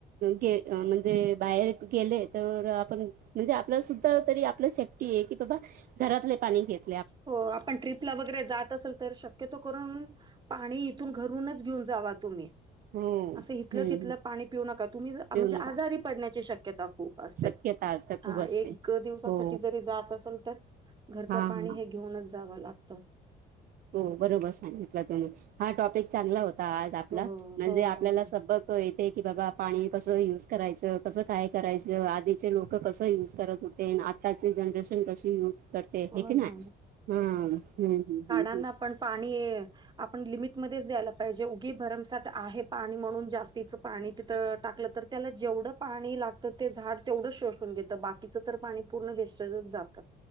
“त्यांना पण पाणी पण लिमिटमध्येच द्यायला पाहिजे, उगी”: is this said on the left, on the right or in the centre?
Right